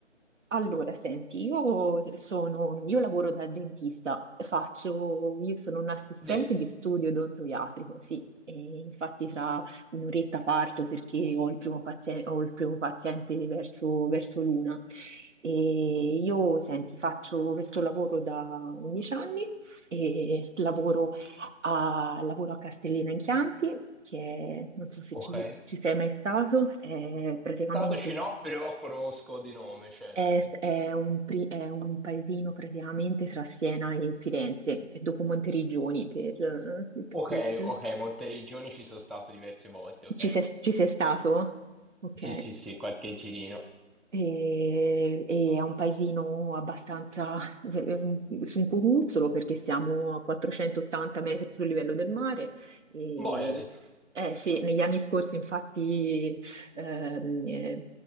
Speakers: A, on the right; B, in the centre.
A: Allora, senti, io sono, io lavoro da dentista, faccio, io sono un assistente
B: De,
A: di studio odontoiatrico, sì, e infatti tra un'oretta parto perché ho il primo paziente, ho il primo paziente verso, verso l'una. E io, senti, faccio questo lavoro da 11 anni e lavoro a, lavoro a Castellina in Chianti, che è, non so se
B: ok.
A: ci, ci sei mai stato, è praticamente
B: Statoci no, però conosco di nome, certo.
A: è, è un, pri- è un paesino praticamente tra Siena e Firenze, e dopo Monteriggioni per,
B: Ok,
A: per-
B: ok, Monteriggioni ci sono stato diverse volte, ok.
A: Ci sei, ci sei stato? Ok.
B: Sì, sì, sì, qualche girino.
A: E, e è un paesino abbastanza <laughs> su un cucuzzolo perché siamo a 480 metri sul livello del mare. E,
B: Boiade.
A: eh sì, negli anni scorsi infatti ehm, eh,